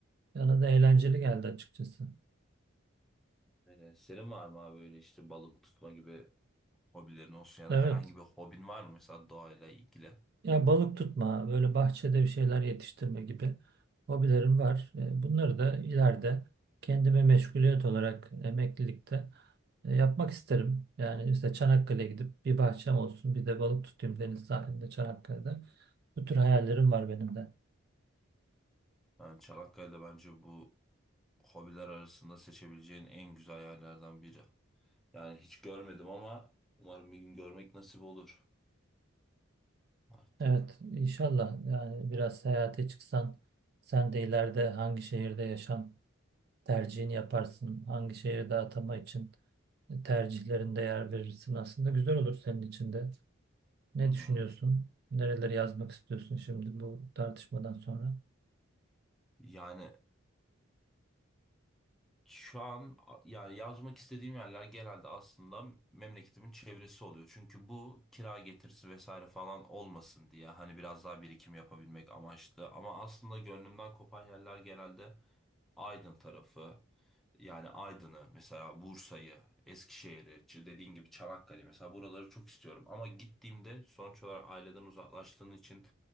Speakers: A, on the right; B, in the centre.
A: Bana da eğlenceli geldi açıkçası.
B: öyle. Senin var mı abi böyle işte balık tutma gibi hobilerin olsun ya
A: Evet.
B: da herhangi bir hobin var mı mesela doğayla ilgili?
A: Ya balık tutma, böyle bahçede bir şeyler yetiştirme gibi hobilerim var. E, Bunları da ileride kendime meşguliyet olarak emeklilikte e, yapmak isterim. Yani işte Çanakkale'ye gidip bir bahçem olsun, bir de balık tutayım deniz sahilinde Çanakkale'de. Bu tür hayallerim var benim de.
B: Yani Çanakkale'de bence bu hobiler arasında seçebileceğin en güzel yerlerden biri. Yani hiç görmedim ama umarım bir gün görmek nasip olur artık.
A: Evet, inşallah yani biraz seyahate çıksan sen de ileride hangi şehirde yaşam tercihini yaparsın, hangi şehirde atama için tercihlerinde yer verirsin aslında güzel olur senin için de. Ne
B: Hı hı.
A: düşünüyorsun? Nereleri yazmak istiyorsun şimdi bu tartışmadan sonra?
B: Yani Şu an a- yani yazmak istediğim yerler genelde aslında memleketimin çevresi oluyor. Çünkü bu kira getirisi vesaire falan olmasın diye hani biraz daha birikim yapabilmek amaçlı. Ama aslında gönlümden kopan yerler genelde Aydın tarafı. Yani Aydın'ı mesela Bursa'yı, Eskişehir'i, ç- dediğin gibi Çanakkale mesela buraları çok istiyorum. Ama gittiğimde sonuç olarak aileden uzaklaştığın için